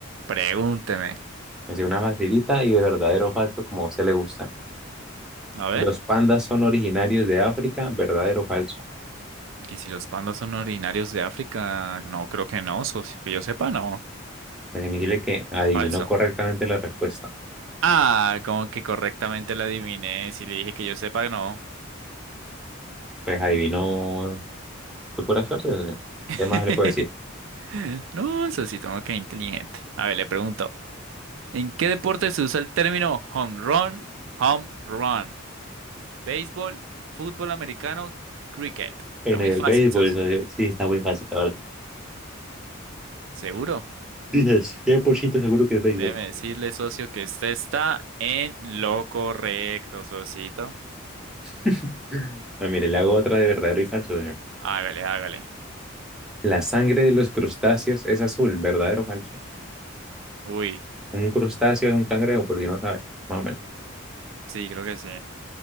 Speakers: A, on the right (about 65°); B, in the centre.
A: pregúnteme.
B: Me hacía una facilita y de verdadero o falso, como a usted le gusta.
A: A ver,
B: Los pandas son originarios de África, verdadero o falso.
A: que si los pandas son originarios de África, no, creo que no, socio, que yo sepa, no.
B: Pues significa que adivinó
A: Falso.
B: correctamente la respuesta.
A: Ah, como que correctamente la adiviné. Si le dije que yo sepa, no.
B: Pues adivinó. Fue pura suerte, ¿no?
A: <laughs>
B: ¿Qué más le puedo decir?
A: <laughs> No, Sosito, no, qué inteligente. A ver, le pregunto. ¿En qué deporte se usa el término home run, home run? Béisbol, fútbol americano, cricket. Está
B: En
A: muy
B: el
A: fácil,
B: béisbol,
A: socio.
B: ¿no? sí, está muy fácil, la verdad.
A: ¿Seguro?
B: Dices, 100% seguro que es béisbol.
A: Déjeme decirle, socio, que usted está en lo correcto, socito.
B: <laughs> No, mire, le hago otra de verdadero y falso, ¿no?
A: Hágale, hágale.
B: La sangre de los crustáceos es azul, ¿verdadero o falso?
A: Uy,
B: Un crustáceo es un cangrejo, por si no sabe, más o menos.
A: sí, creo que sí.